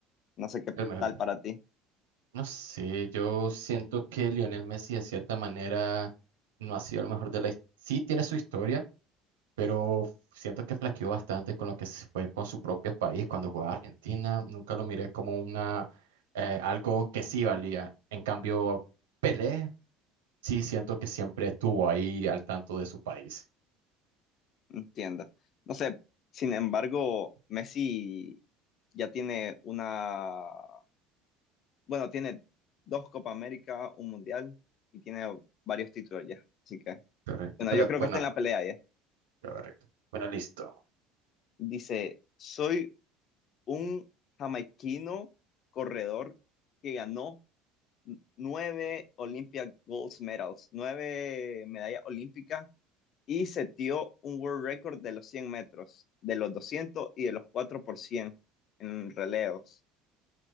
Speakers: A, on the left; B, on the right.
A: No sé qué
B: El mejor.
A: tal para ti,
B: No sé, yo siento que Lionel Messi de cierta manera no ha sido el mejor de la... his- Sí tiene su historia pero siento que flaqueó bastante con lo que se fue con su propio país cuando jugaba Argentina. Nunca lo miré como una eh, algo que sí valía. En cambio, Pelé sí siento que siempre estuvo ahí al tanto de su país.
A: no entiendo. No sé, sin embargo, Messi ya tiene una, bueno, tiene dos Copa América, un Mundial y tiene varios títulos ya. Así que,
B: Correcto.
A: bueno,
B: Pero
A: yo creo
B: bueno,
A: que está en la pelea ya.
B: correcto. Bueno, listo.
A: Dice, soy un jamaiquino corredor que ganó nueve Olympia Gold Medals, nueve medallas olímpicas y setió un world record de los 100 metros, de los 200 y de los 4 por 100 en relevos,